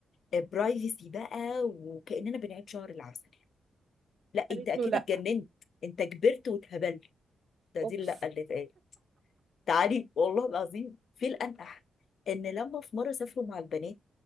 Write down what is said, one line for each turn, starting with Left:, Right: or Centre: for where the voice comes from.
Left: برايفسي بقى وكأننا بنعيد شهر العسل لا
Right: قالت
Left: انت اكيد
Right: له لا
Left: اتجننت انت كبرت واتهبلت ده
Right: اوبس
Left: دي اللي اللي اتقال تعالي والله العظيم في الانقح ان لما في مره سافروا مع البنات